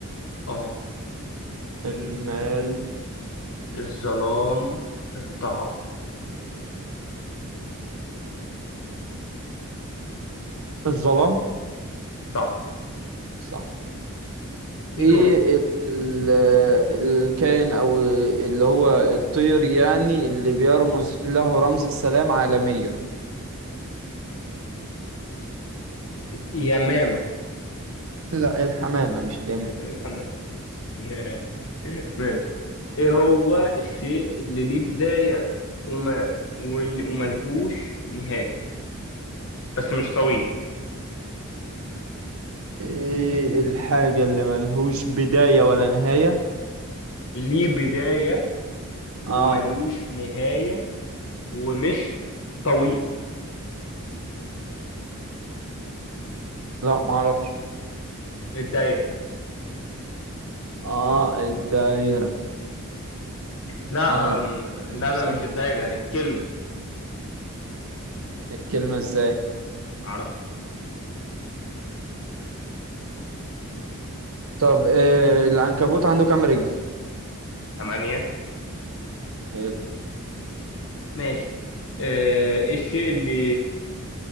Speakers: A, on the left (about 60°); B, on the right (about 70°).
A: اه
B: في المال
A: الظلام الطعام
B: الظلام
A: صح
B: صح ايه
A: دور
B: ال- الكائن او اللي هو الطير يعني اللي بيرمز له رمز السلام عالميا
A: اليمامة
B: لا الحمامة مش اليمين
A: الحمام <laughs> ماشي ايه هو الشيء اللي ليه بداية وما وال- وملهوش نهاية بس مش طويل
B: ايه الحاجة اللي ملهوش بداية ولا نهاية
A: ليه بداية
B: اه
A: وملوش نهاية ومش طويل
B: لا معرفش
A: الدايرة
B: اه الدايرة
A: لا
B: اه ما
A: أم...
B: بتتكلمش
A: لا
B: صح
A: لا مش الدايرة الكلمة
B: الكلمة ازاي
A: عرفت
B: طب إيه العنكبوت عنده كام رجل
A: ثمانية
B: حلو
A: ماشي آه، ايه الشيء اللي